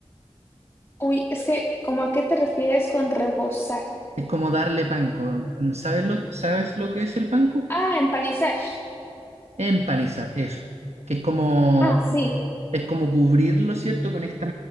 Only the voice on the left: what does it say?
Uy, es que, cómo a qué te refieres con rebozar?
Ah, empanizar.
Ah, sí.